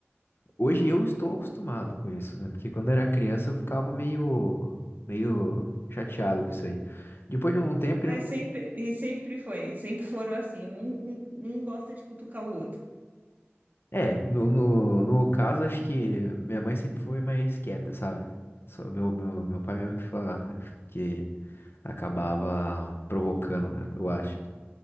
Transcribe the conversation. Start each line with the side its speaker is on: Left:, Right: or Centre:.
Left: hoje eu estou acostumado com isso, né? Porque quando eu era criança eu ficava meio, meio chateado com isso aí. Depois de um tempo,
Right: Ai,
Left: que nem eu
Right: sempre, e sempre foi, sempre foram assim, um, um, um gosta de cutucar o outro.
Left: É, no, no, no caso, acho que minha mãe sempre foi mais quieta, sabe? Só meu, meu, meu pai mesmo que, fa- que acabava provocando, né, eu acho.